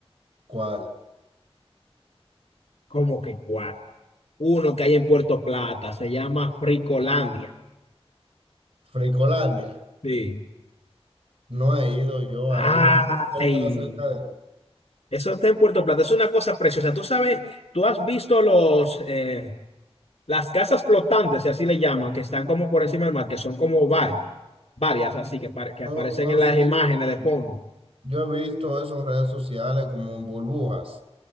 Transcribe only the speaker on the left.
¿Cómo que cuál? Uno que hay en Puerto Plata, se llama Fricolandia.
Sí.
Ay,
eso está en Puerto Plata, es una cosa preciosa. Tú sabes, tú has visto los, eh, las casas flotantes, si así le llaman, que están como por encima del mar, que son como varias, varias así que, pare- que aparecen
en las
imágenes
de fondo.